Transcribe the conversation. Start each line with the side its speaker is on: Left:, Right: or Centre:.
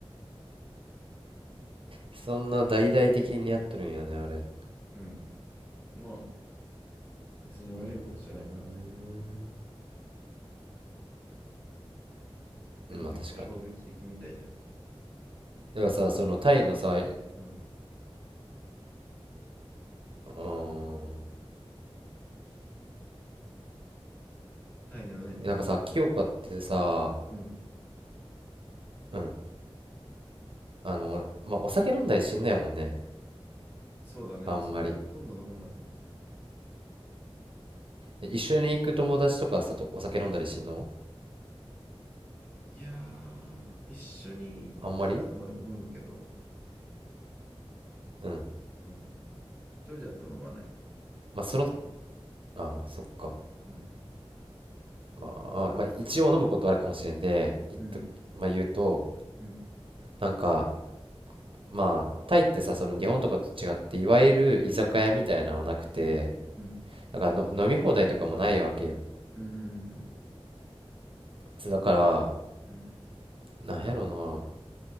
Right: そんな大々的にやってるんやねあれ
Left: うん。まあ、別に悪いことじゃないからね。
Right: うーん
Left: けど結構衝撃的みたいじゃん。
Right: まあ確かにだからさそのタイのさう
Left: うん。
Right: ーん
Left: タイの何
Right: えなんかさ清香ってさ
Left: うん。
Right: うんあのまあお酒飲んだりしんのやもんね
Left: そうだね。
Right: あんまり
Left: お酒はほとんど飲まないね。
Right: え一緒に行く友達とかさとお酒飲んだりしんの
Left: いやー、一緒に行ったら、
Right: あんまり
Left: まあ、飲むけど、
Right: うん。
Left: うん。一人だと飲まない。
Right: まあ、その、ああ、そっか。
Left: うん
Right: まあ、まあ、一応飲むことあるかもしれんで、言っと、
Left: うん
Right: まあ、言うと、
Left: うん
Right: なんか、まあ、タイってさ、その日本とかと違って、いわゆる居酒屋みたいなのはなくて、
Left: うんうんうん
Right: だからの飲み放題とかもないわけよ。
Left: うんうん
Right: そうだから、
Left: うん
Right: なんやろな、